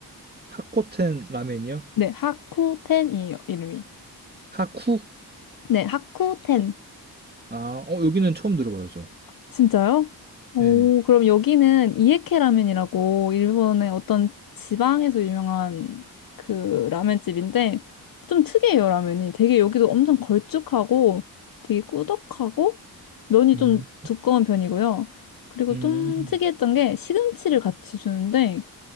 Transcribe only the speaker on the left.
네 하쿠텐이에요 이름이
네 하쿠텐
진짜요? 오,
그럼 여기는 이에케 라면이라고 일본의 어떤 지방에서 유명한 그 라면집인데 좀 특이해요, 라면이. 되게 여기도 엄청 걸쭉하고 되게 꾸덕하고 면이
좀 두꺼운 편이고요. 그리고
좀 특이했던 게 시금치를 같이 주는데